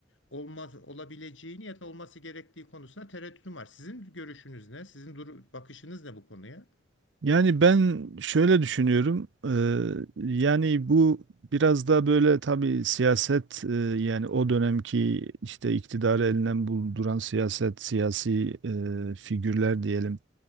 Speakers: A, on the left; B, on the right.
A: olmaz olabileceğini ya da olması gerektiği konusunda tereddütüm var. Sizin görüşünüz ne? Sizin duru- bakışınız ne bu konuya?
B: Yani ben şöyle düşünüyorum. eee, yani bu biraz da böyle tabii siyaset eee, yani o dönemki işte iktidarı elinden bulduran siyaset, siyasi eee, figürler diyelim.